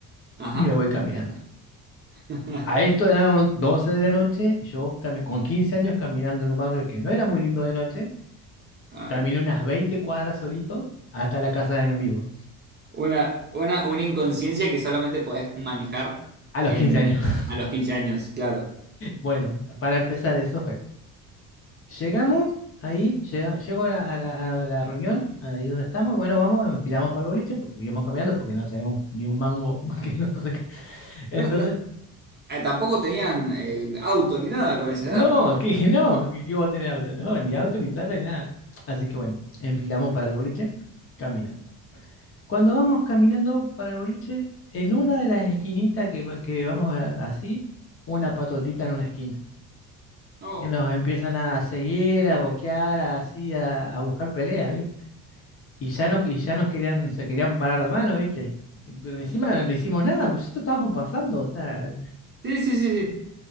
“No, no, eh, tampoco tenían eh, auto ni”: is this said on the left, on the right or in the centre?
Right